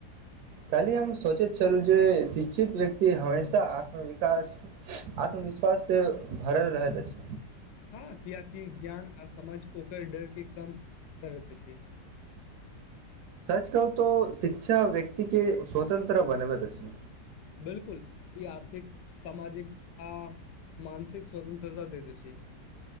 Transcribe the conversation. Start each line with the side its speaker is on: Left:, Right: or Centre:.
Right: काली हम सोचै तऽ छलहुँ जे शिक्षित व्यक्ति हमेशा आत्मविकास आत्मविश्वास से भरल रहैत अछि
Left: ह कियकि ज्ञान और समझ ओकर डर के काम करैत अछि
Right: सच्च कहू तो शिक्षा व्यक्ति के स्वतंत्र बनेबै अछि
Left: बिल्कुल ई आर्थिकऽ सामाजिक आ मानसिक स्वतंत्रता देत अछी